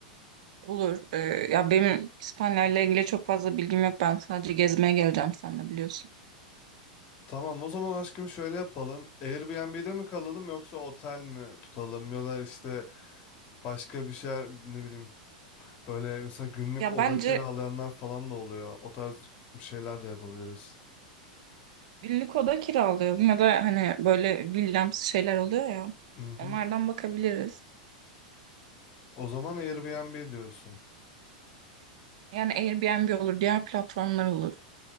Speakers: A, on the right; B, on the left.
A: Olur. Ee, ya benim İspanya'yla ilgili çok fazla bilgim yok. Ben sadece gezmeye geleceğim seninle biliyorsun.
B: Tamam o zaman aşkım şöyle yapalım. Airbnb'de mi kalalım yoksa otel mi tutalım ya da işte başka bir şeyler ne bileyim böyle mesela günlük
A: Ya
B: oda
A: bence
B: kiralayanlar falan da oluyor. O tarz bir şeyler de yapabiliriz.
A: günlük oda kiralayalım ya da hani böyle villamsı şeyler oluyor ya.
B: Mhm.
A: Onlardan bakabiliriz.
B: O zaman Airbnb diyorsun.
A: Yani Airbnb olur, diğer platformlar olur.